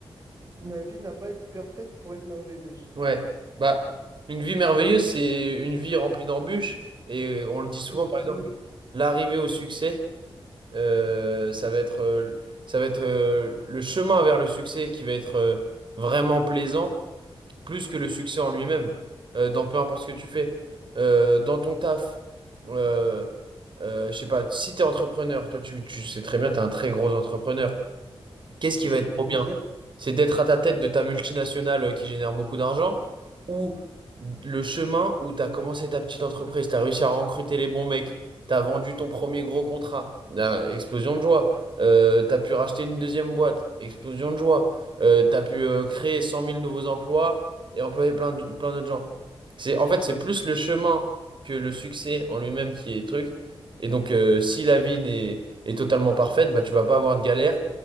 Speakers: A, on the right; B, on the right.
A: La vie n'a pas à être parfaite pour être merveilleuse.
B: Ouais. Bah, une vie merveilleuse, c'est une vie remplie d'embûches. Et euh, on le dit souvent,
A: Mhm.
B: par exemple, l'arrivée au succès. Euh, ça va être, euh, ça va être euh, le chemin vers le succès qui va être euh, vraiment plaisant, plus que le succès en lui-même, Euh, dans peu importe ce que tu fais. Euh, dans ton taf, euh, euh, je sais pas, si t'es entrepreneur, toi tu, tu sais très bien, t'es un très gros entrepreneur. Qu'est-ce qui va
A: Ça
B: être
A: fait
B: trop
A: plaisir.
B: bien? C'est d'être à ta tête de ta multinationale euh, qui génère beaucoup d'argent ou le chemin où tu as commencé ta petite entreprise, tu as réussi à recruter les bons mecs, tu as vendu ton premier gros contrat, Ah, explosion de joie. Euh, tu as pu racheter une deuxième boîte, explosion de joie. Euh, tu as pu euh, créer cent mille nouveaux emplois et employer plein de- plein d'autres gens. C'est, en fait, c'est plus le chemin que le succès en lui-même qui est truc. Et donc, euh, si la vie n'est, est totalement parfaite, bah, tu vas pas avoir de galère.